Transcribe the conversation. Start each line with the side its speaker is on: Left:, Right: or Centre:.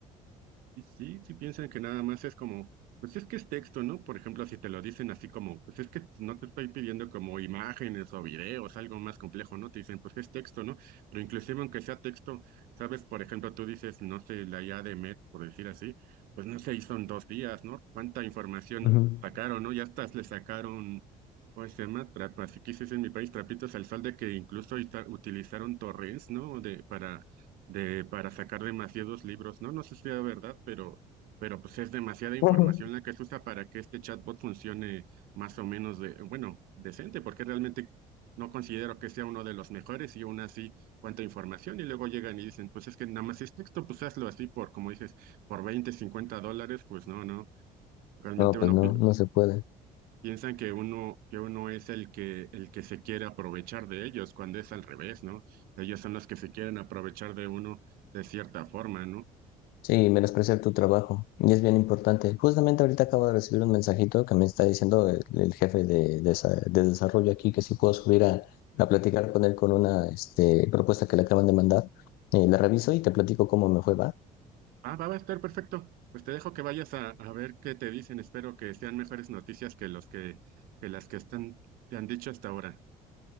Right: Y sí, sí piensan que nada más es como, pues es que es texto, ¿no? Por ejemplo, si te lo dicen así como, pues es que no te estoy pidiendo como imágenes o videos, algo más complejo, ¿no? Te dicen, pues es texto, ¿no? Pero inclusive aunque sea texto, sabes, por ejemplo, tú dices, no sé, la IA de Met, por decir así, pues no se hizo en dos días, ¿no? ¿Cuánta información
Left: Ujú.
Right: sacaron, ¿no? Ya hasta le sacaron, ¿cómo se llama? Trap- así que se dice en mi país, trapitos al sol de que incluso ita- utilizaron torrents, ¿no? De, para de para sacar demasiados libros, ¿no? No sé si sea verdad, pero, pero pues es demasiada información
Left: Ujú.
Right: la que se usa para que este chatbot funcione más o menos de, bueno, decente, porque realmente no considero que sea uno de los mejores y aún así cuánta información y luego llegan y dicen, pues es que nada más es texto, pues hazlo así por, como dices, por 20 50 dólares, pues no, no, realmente
Left: No, pues
Right: uno
Left: no,
Right: pi-
Left: no se puede.
Right: Piensan que uno, que uno es el que, el que se quiere aprovechar de ellos, cuando es al revés, ¿no? Ellos son los que se quieren aprovechar de uno de cierta forma, ¿no?
Left: Sí, menospreciar tu trabajo. Y es bien importante. Justamente ahorita acabo de recibir un mensajito que me está diciendo el, el jefe de, de, esa- de desarrollo aquí que si puedo subir a, a platicar con él con una este, propuesta que le acaban de mandar. Eh, la reviso y te platico cómo me fue, ¿va?
Right: Ah, va va a estar perfecto. Pues te dejo que vayas a, a ver qué te dicen. Espero que sean mejores noticias que los que, que las que están, te han dicho hasta ahora.